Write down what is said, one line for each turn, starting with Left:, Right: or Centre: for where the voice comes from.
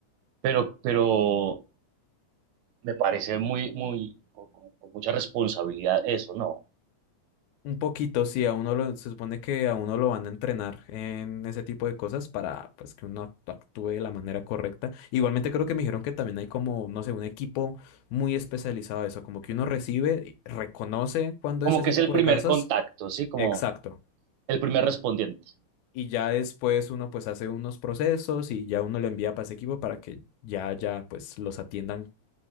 Right: Pero, pero me parece muy, muy, con, con- con mucha responsabilidad eso, ¿no?
Left: Un poquito, sí, a uno lo, se supone que a uno lo van a entrenar en ese tipo de cosas para pues que uno act- actúe de la manera correcta. Igualmente creo que me dijeron que también hay como, no sé, un equipo muy especializado de eso, como que uno recibe, y reconoce cuando
Right: Como
Left: es ese
Right: que es
Left: tipo
Right: el primer
Left: de casos.
Right: contacto, ¿sí? Como
Left: Exacto.
Right: el primer respondiente.
Left: Y ya después uno pues hace unos procesos y ya uno lo envía para ese equipo para que ya, ya pues los atiendan